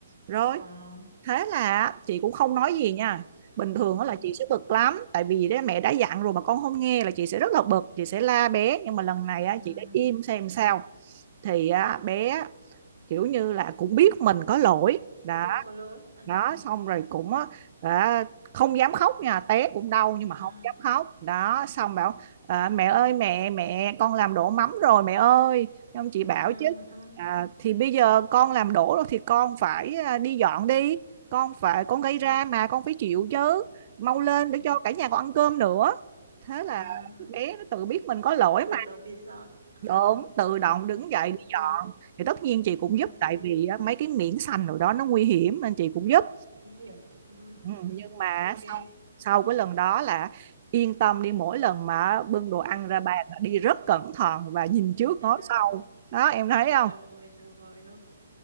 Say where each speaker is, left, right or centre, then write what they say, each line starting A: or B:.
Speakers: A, on the right; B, on the right.
A: rồi
B: Ờ.
A: thế là chị cũng không nói gì nha bình thường
B: Ừ.
A: á là chị sẽ bực lắm tại vì đấy mẹ đã dặn rồi mà con không nghe là chị sẽ rất là bực chị sẽ la bé nhưng mà lần này á,
B: Ừ.
A: chị đã im xem sao thì á, bé kiểu như là cũng biết mình có lỗi đó
B: Rất lâu có lỗi. À.
A: đó xong rồi cũng á, đã không dám khóc nha té cũng đau nhưng
B: À.
A: mà không dám khóc đó xong bảo à, mẹ ơi mẹ mẹ con làm đổ mắm rồi mẹ ơi ông chị bảo
B: Ừ.
A: chứ
B: Ừ.
A: à, thì bây giờ con làm đổ rồi thì con phải à, đi dọn đi con phải con gây
B: À.
A: ra mà con phải chịu chứ mau lên
B: Ừ.
A: để cho cả nhà con ăn cơm nữa thế là
B: À.
A: bé nó tự biết mình có lỗi
B: Chủ động đi dọn. À.
A: đúng tự động đứng dậy
B: Ok.
A: đi dọn thì tất nhiên chị cũng
B: Ok.
A: giúp tại vì á, mấy cái miếng xanh rồi đó nó nguy hiểm nên chị cũng giúp
B: Nguy hiểm. Ừ. Ừ. Ừ.
A: ừ,
B: ừ.
A: nhưng mà
B: Ok.
A: sau sau cái lần đó là yên tâm đi mỗi lần mà bưng đồ ăn ra bàn là đi rất cẩn thận và nhìn trước
B: À.
A: ngó sau đó em thấy không
B: Rồi rồi ok.